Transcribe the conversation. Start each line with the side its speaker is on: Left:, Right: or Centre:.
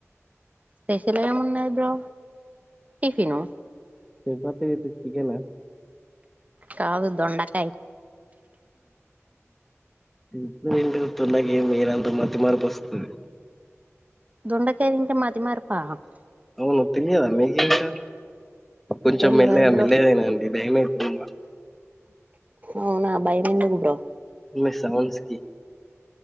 Right: స్పెషల్ ఏమున్నది బ్రో టిఫిను
Centre: చపాతి విత్ చికెనా
Right: కాదు దొండకాయి
Centre: ఇప్పుడు నుంచి చుతున్న గీ మీరంతా మతిమరుపోస్తుంది
Right: దొండకాయి తింటే మతిమరుపా
Centre: అవును తెలియదా మీకేంకా కొంచెం
Right: తెల్వదు
Centre: మెల్లగా
Right: బ్రో
Centre: మెల్లలేతినాండి భయమైతుంది నా
Right: అవునా భయం ఎందుకు బ్రో
Centre: మీ సౌండ్స్కి